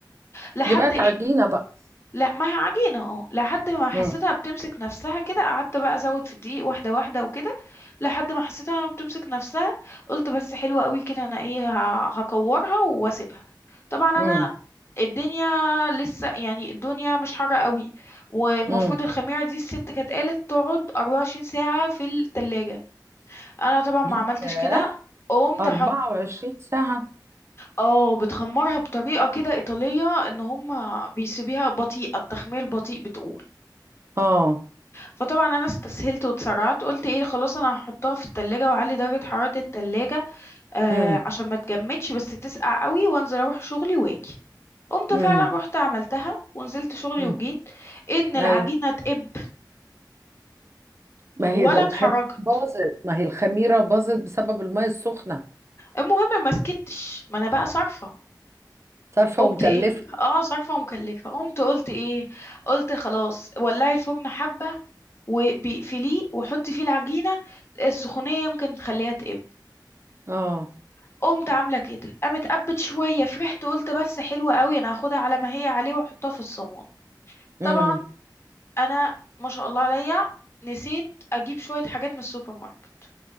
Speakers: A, on the left; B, on the right.
A: لحد
B: دي بقت
A: إيه
B: عجينة بقى
A: لا ما هي عجينة اه لحد ما حسيتها
B: امم
A: بتمسك نفسها كده قعدت بقى ازود في الدقيق واحدة واحدة وكده لحد ما حسيتها بتمسك نفسها قلت بس حلوة قوي كده انا ايه ه- هكورها واسيبها طبعا انا
B: امم
A: الدنيا لسه يعني الدنيا مش حارة قوي والمفروض
B: امم
A: الخميرة دي الست كانت قالت تقعد 24 ساعة في التلاجة انا طبعا ما
B: ليها
A: عملتش كده قمت
B: 24
A: حط
B: ساعة
A: اه بتخمرها بطريقة كده إيطالية ان هم بيسيبيها بطيئة التخمير بطيء بتقول
B: اه
A: فطبعا انا استسهلت واتسرعت قلت ايه خلاص انا هحطها في التلاجة واعلي درجة حرارة التلاجة آه
B: امم
A: عشان ما تجمدش بس تسقع قوي وانزل اروح شغلي واجي قمت
B: امم
A: فعلا رحت عملتها ونزلت شغلي
B: امم
A: وجيت ان العجينة
B: اي
A: تقب
B: ما
A: ولا
B: هي ده الخميرة
A: اتحركت
B: باظت ما هي الخميرة باظت بسبب المية السخنة
A: المهم ما سكتش ما انا بقى صارفة
B: صارفة
A: قمت
B: ومكلفة
A: ايه اه صارفة ومكلفة قمت قلت ايه قلت خلاص ولعي الفرن حبة وبيقفليه وحطي فيه العجينة السخونية يمكن تخليها تقب
B: اه
A: قمت عامله كده قامت قبت شويه فرحت قلت بس حلوه قوي انا هاخدها على ما هي عليه واحطها في الصواني
B: امم
A: طبعا انا ما شاء الله عليا نسيت اجيب شويه حاجات من السوبر ماركت